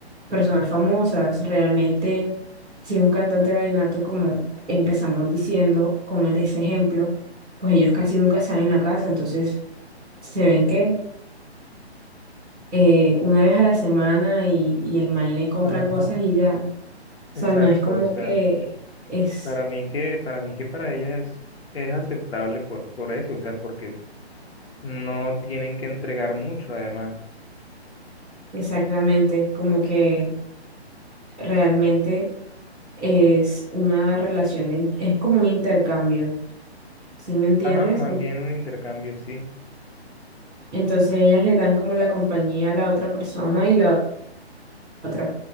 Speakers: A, in the centre; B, on the left.
A: personas famosas. Realmente, si un cantante vallenato, como empezamos diciendo con el- ese ejemplo, pues ellos casi nunca están en la casa, entonces se ven que eh, una vez a la semana y, y el man le compra
B: Ajá,
A: cosas y ya. O sea,
B: exacto,
A: no es como
B: o sea,
A: que es
B: para mí que, para mí que para ellas es, es aceptable por, por eso, o sea, porque no tienen que entregar mucho además.
A: exactamente como que realmente es una relación, de, in- es como un intercambio, ¿sí me entiendes?
B: Ajá, más bien un intercambio, sí.
A: Entonces ellas le dan como la compañía a la otra persona y la otra